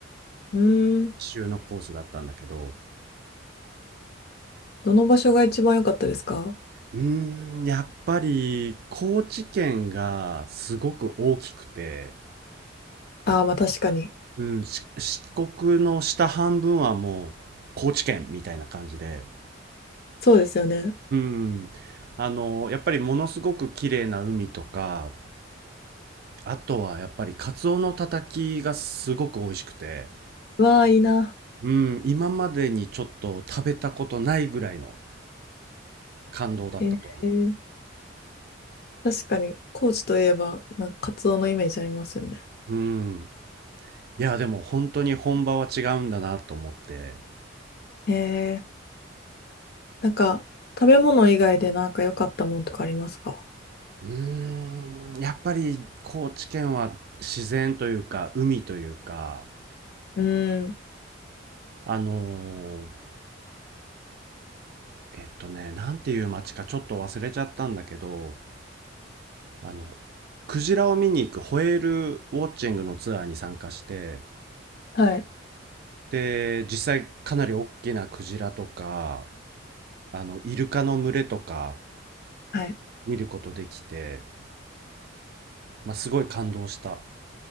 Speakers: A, on the left (about 55°); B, on the right (about 55°).
A: うーん。
B: 一周のコースだったんだけど、
A: どの場所が一番良かったですか
B: うーん、やっぱり、高知県がすごく大きくて、
A: ああー、まあ確かに。
B: うん、し四国の下半分はもう高知県みたいな感じで、
A: そうですよね。
B: うん、あの、やっぱりものすごく綺麗な海とか、あとはやっぱりカツオのたたきがすごく美味しくて、
A: わあ、いいな。
B: うん、今までにちょっと食べたことないぐらいの感動だったと思
A: えー、確かに、高知といえば、なんかカツオのイメージありますよね。
B: う。うん。いや、でも本当に本場は違うんだなと思って。
A: えー、なんか、食べ物以外でなんか良かったもんとかありますか
B: うーん、やっぱり高知県は自然というか、海というか、
A: うーん。
B: あのーえっとね、なんていう街かちょっと忘れちゃったんだけど、あの、クジラを見に行くホエールウォッチングのツアーに参加して、
A: はい。
B: で、実際かなり大きなクジラとか、あの、イルカの群れとか
A: はい。
B: 見ることできて、まあ、すごい感動した。